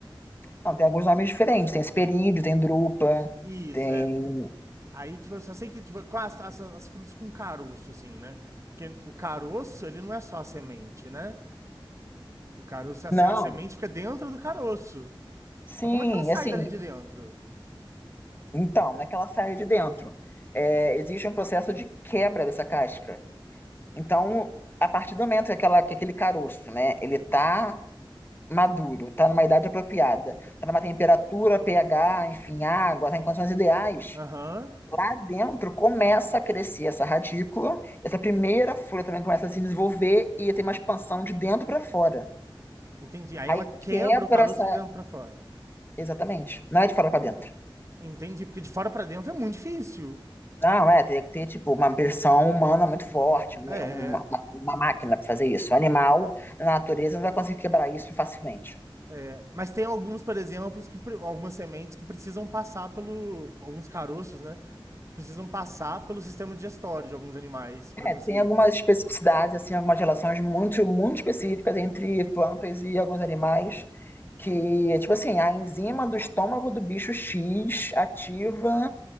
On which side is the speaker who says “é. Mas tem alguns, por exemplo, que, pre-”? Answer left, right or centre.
Right